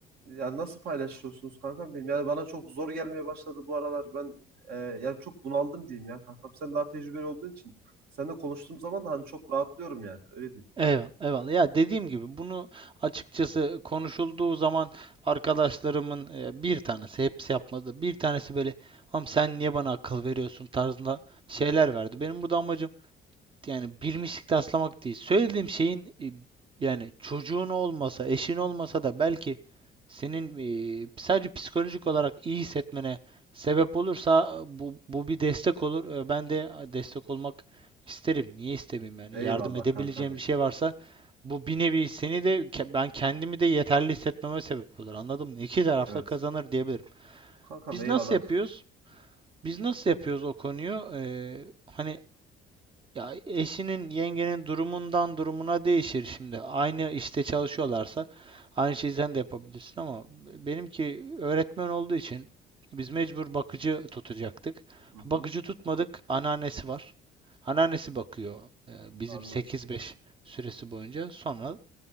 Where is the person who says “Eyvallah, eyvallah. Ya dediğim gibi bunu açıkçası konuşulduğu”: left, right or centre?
Right